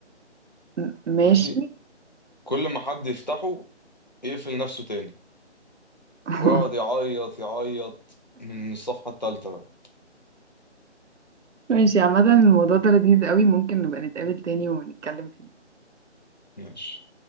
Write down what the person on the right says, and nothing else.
م- ماشي
<laughs>
ماشي عامة الموضوع ده لذيذ قوي ممكن نبقى نتقابل تاني ونتكلم فيه